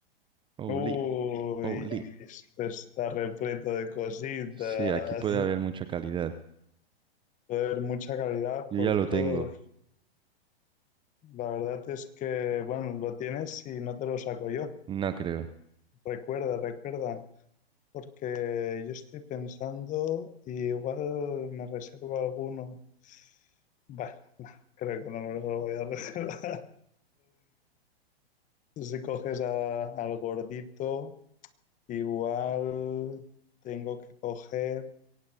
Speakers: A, on the right; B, on the left.
A: Oli,
B: Uy,
A: Oli.
B: esto está repleto de cositas.
A: Sí, aquí puede haber mucha calidad.
B: Joder, mucha calidad
A: Yo
B: por
A: ya lo
B: todos.
A: tengo.
B: La verdad es que, bueno, lo tienes y no te lo saco yo.
A: No creo.
B: Recuerda, recuerda, porque yo estoy pensando y igual me reservo alguno. Bueno, creo que no me lo voy a <laughs> reservar. Si coges a- al gordito, Igual tengo que coger